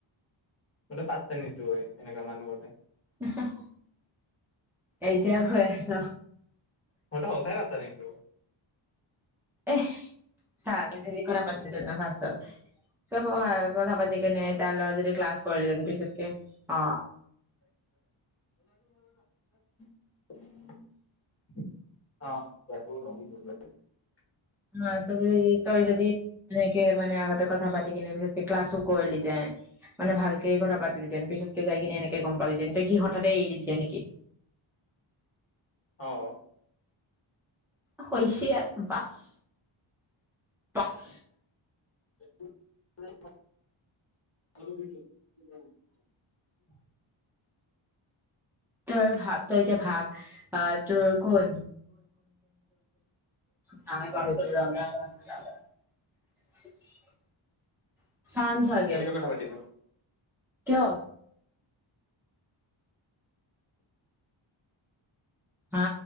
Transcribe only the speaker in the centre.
উহু এতিয়া কৈ আছ
এ চ তি <unintelligible> কথা পাতিলত সেনো ফাষ্টত, চব কথা পাতি কেনে তাৰ লগত যদি ক্লাছ কৰিল পিছতকে, অ
অ চ <unintelligible> তই যদি এনেকে মানে, আগতে কথা পাতি পাতি কিনে, পিছতকে ক্লাছো কৰিলহেঁতেন, মানে ভালকে কথা পাতিলহেতেন, পিছতকে যাই কিনে এনেকে গম পালিহেঁতেন তই কি হঠাতে এৰি দিলিঁহেতেন নেকি?
হৈছে, বাচ- বাচ
তই ভাব তই এতিয়া ভাব তোৰ কোন <unintelligible> চান্জ লাগে
কিয়? হা